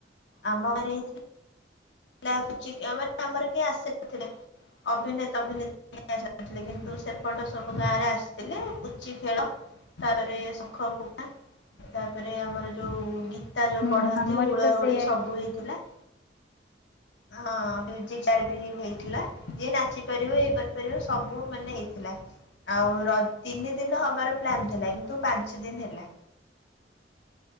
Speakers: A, on the left; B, on the left.
A: ଆମ ଘରେଇ ଟି। ଲାଗୁଚି ଆମର ଆମର କେହି ଆସିନଥିଲେ ଅଭିନେତା ଅଭିନେତ ଥିଲେ କିନ୍ତୁ ସେପଟ ସବୁ ଗାଁ ରେ ଆସିଥିଲେ ପୁଚି ଖେଳ ତାପରେ ଶଙ୍ଖ ଫକା ତାପରେ ଆମର ଯୋଉ ଗୀତ ତା ଯୋଉ
B: ହୁଁ
A: ପଢନ୍ତି
B: ଆମର
A: ହୁଳ
B: ତ ସେଇଆ
A: ହୁଳି ସବୁ ହେଇଥିଲା। ହଁ ମ୍ୟୁଜିକ ଚେୟାର ବି ହେଇଥିଲା ଯିଏ ନାଚି ପାରିବ ଇଏ କରିପାରିବ ସବୁ ମାନେ ହେଇଥିଲା। ଆଉ ର ତିନି ଦିନ ହବାର ପ୍ଲାନ୍ ଥିଲା କିନ୍ତୁ ପାଞ୍ଚ ଦିନ ହେଲା।